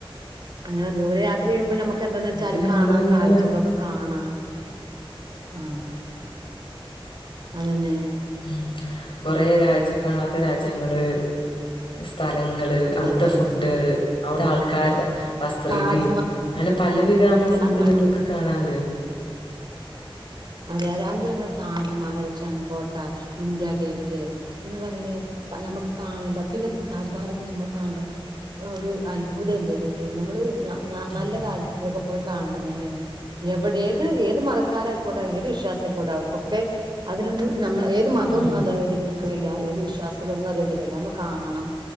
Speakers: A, on the right; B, on the left.
A: അങ്ങനെ ദൂരെ യാത്ര ചെയ്യുമ്പോൾ നമ്മക്ക് ക്ക എന്താന്ന് വെച്ചാൽ
B: ഇത് ഞങ്ങള്
A: കാണാ
B: ഇങ്ങനെ
A: കാഴ്ചകളൊക്കെ കാണാ ആ അതന്നെ
B: ഉം കൊറേ രാജ്യത്ത് കാണാത്ത രാജ്യങ്ങള് സ്ഥല നിങ്ങള് അവിടത്തെ
A: അതെ
B: ഫുഡ്കള്
A: അതെ
B: അവിടെ ആൾകാർ
A: ഉം
B: വസ്ട്രീതി
A: താജ്മഹൽ
B: അങ്ങനെ പലവിധ നമ്മൾ സുന്തുനങ്ങൾക്ക്
A: അന്ന്
B: കാണാറ
A: അതെ അതെ അന്ന് ഞങ്ങൾ താജ്മഹൽ ചെങ്കോട്ട ഇന്ത്യ ഗേറ്റ് എന്ന് പറയണ ഞമ്മൾക്ക് കാണണ്ട പിന്നെ താജ്മഹൽൊക്കെ നമ്മൾ കാണണ്ട ഒരു അത്ഭുത അല്ലേ അതൊക്കെ നമ്മള്
B: ഉം
A: നല്ല കാലത്ത് പ്പോ പോയി കാണണം തന്നെയാണ് എവിടെ ഏത് ഏത് മത കറ കൊട്ടെ ഏത് വിശ്വാസായികൊട്ടെ അവർക്കൊക്കെ അതിനൊന്ന് നമ്മളള് ഏത് മതവും
B: ഉം
A: എന്ത <unintelligible> ക്കില്ല ഏത് വിശ്വാസത്തിലൊന്നും അതെതിരല്ല നമ്മ കാണണം